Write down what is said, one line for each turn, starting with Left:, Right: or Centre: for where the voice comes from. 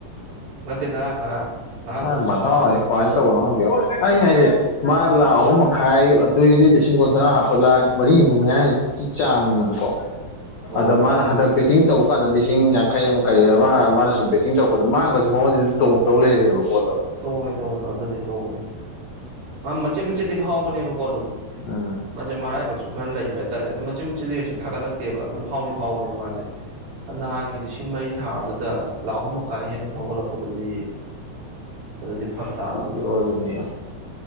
Right: ꯅꯠꯇꯦ ꯉꯔꯥꯡ ꯉꯔꯥꯡ ꯉꯔꯥꯡꯁꯨ
Left: ꯑ
Right: ꯑꯃꯨꯛ
Left: ꯃꯊꯋꯥ
Right: ꯐꯥꯎꯕꯅꯦꯕ
Left: ꯍꯅ ꯇꯧꯅ ꯑꯩ ꯍꯥꯏꯁꯦ ꯃꯥ ꯂꯥꯈ ꯑꯍꯨꯝ ꯃꯈꯥꯏ ꯑꯗꯨꯏꯗꯤ ꯂꯤꯁꯤꯡ ꯀꯨꯟꯊ꯭ꯔꯥ ꯍꯥꯞꯄ ꯂꯥꯈ ꯃꯔꯤꯃꯨꯛ ꯃꯌꯥ ꯆꯥꯡꯅꯦꯕꯀꯣ
Right: ꯍꯣꯏ
Left: ꯑꯗ ꯃꯥꯅ ꯍꯟꯗꯛꯤ ꯕꯦꯠꯇꯤꯡ ꯇꯧꯕ ꯀꯥꯟꯗ ꯂꯤꯁꯤꯡ ꯌꯥꯡꯈꯩ ꯑꯃ ꯀꯩ ꯑꯃ ꯃꯥꯅ ꯁꯨꯝ ꯕꯦꯇꯤꯡ ꯇꯧꯔꯛꯄꯗ ꯃꯥꯡꯉꯁꯨ ꯃꯉꯣꯟꯗꯤ ꯑꯗꯨꯝ ꯇꯣꯡꯗꯧ ꯂꯩꯔꯦꯕ ꯄꯣꯠꯇꯣ
Right: ꯇꯣꯡꯉꯤ ꯇꯣꯡꯉꯤ ꯑꯗꯨꯅꯤ ꯇꯣꯡꯉꯤ ꯃꯥ ꯃꯆꯦꯠ ꯃꯆꯦꯠꯇꯤ ꯐꯥꯎꯕꯅꯦꯕꯀꯣ ꯑꯗꯨꯝ
Left: ꯎꯝ
Right: ꯃꯥꯦ ꯃꯔ ꯍꯥꯏꯕ ꯆ ꯈꯔ ꯂꯩꯕ ꯍꯥꯏꯇꯥꯔꯦ ꯑꯗꯨꯝ ꯃꯆꯤ ꯃꯆꯦꯗ ꯀꯩꯁꯨ ꯊꯥꯒꯠꯂꯛꯇꯦꯕ ꯑꯗꯨꯝ ꯐꯥꯎꯗꯤ ꯐꯥꯎꯕꯅꯦꯕ ꯃꯥꯁꯦ ꯅꯍꯥꯟꯒꯤ ꯂꯤꯁꯤꯡ ꯃꯔꯤ ꯊꯥ ꯑꯗꯨꯗ ꯂꯥꯛꯍꯨꯝ ꯃꯈꯥꯏ ꯍꯦꯟꯅ ꯐꯥꯎꯒꯠꯂꯛꯄ ꯑꯗꯨꯗꯤ ꯑꯗꯨꯗꯤ ꯐꯔꯛ ꯇꯥꯗ꯭ꯔꯣ
Left: ꯎꯝ ꯑꯗꯨꯅꯤ